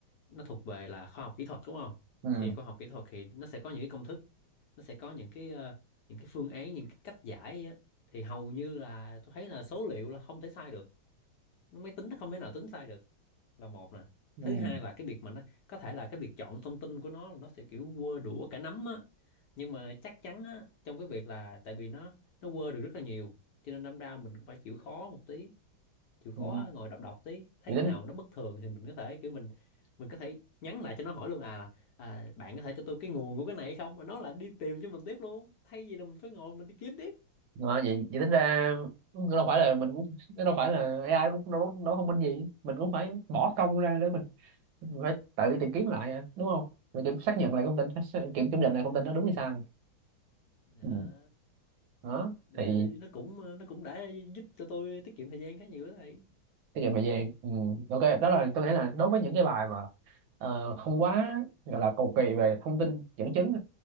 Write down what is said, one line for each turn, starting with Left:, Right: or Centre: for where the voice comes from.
Left: nó thuộc về là khoa học kỹ thuật đúng không
Right: ừ,
Left: thì khoa học kỹ thuật thì nó sẽ có những cái công thức nó sẽ có những cái ờ, những cái phương án những cái cách giải thì hầu như là tôi thấy là số liệu là không thể sai được nó máy tính nó không thể nào tính sai được là một nè
Right: ừ,
Left: thứ hai là cái việc mà nó có thể là cái việc chọn thông tin của nó nó sẽ kiểu quơ đũa cả nắm á nhưng mà chắc chắn á trong cái việc là tại vì nó nó quơ được rất là nhiều cho nên đâm ra mình cũng phải chịu khó một tí chịu khó
Right: ừ.
Left: ngồi đọc đọc tí thấy
Right: vậy
Left: cái
Right: tính
Left: nào nó bất thường thì mình có thể kiểu mình mình có thể nhắn lại cho nó hỏi luôn à, à bạn có thể cho tôi cái nguồn của cái này hay không mà nó là đi tìm cho mình tiếp luôn thay vì là mình phải ngồi mình đi kiếm tiếp
Right: à, vậy, vậy tính ra đâu phải là mình cũng đâu phải là AI cũng đâu đâu thông minh gì mình cũng phải bỏ công ra để mình, mình phải tự tìm kiếm lại à, đúng không mình kiểm xác nhận lại thông tin xác- kiểm kiểm định lại thông tin đó đúng hay sai
Left: đó
Right: ừ. đó
Left: để
Right: thì
Left: nó cũng ờ, nó cũng đã giúp cho tôi tiết kiệm thời gian khá nhiều đó thầy
Right: tiết kiệm thời gian ừ. ok đó là tôi nghĩ là đối với những cái bài mà ờ, không quá gọi là cầu kỳ về thông tin dẫn chứng